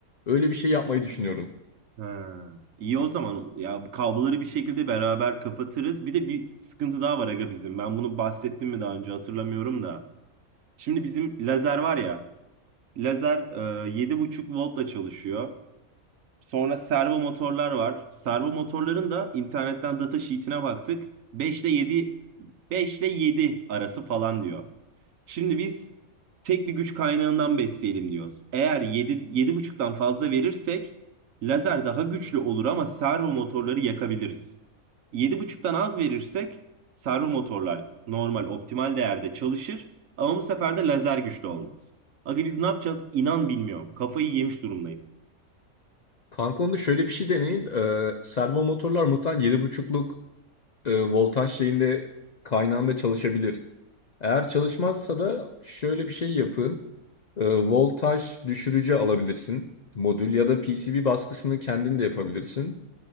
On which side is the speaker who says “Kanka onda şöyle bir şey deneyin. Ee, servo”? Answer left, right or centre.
Left